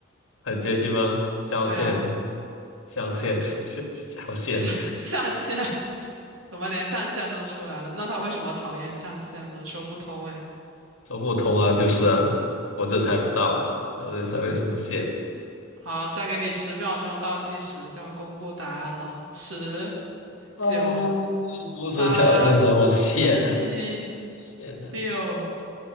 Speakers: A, on the left; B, on the right.
A: 很接近吗？交线、
B: 对啊，
A: 象线、<laughs> 小线。
B: 象象限 <laughs> 怎么连象限都出来了？那它为什么讨厌象限呢？说不通哎。
A: 说不通啊，就是啊，我这猜不到啊，到底什为什么线？
B: 好，再给你十秒钟倒计时，就要公布答案了。十、
A: 嗯，
B: 九、
A: 如蛇桥有什么线呢、
B: 八、七、
A: 啊线呢、啊
B: 六、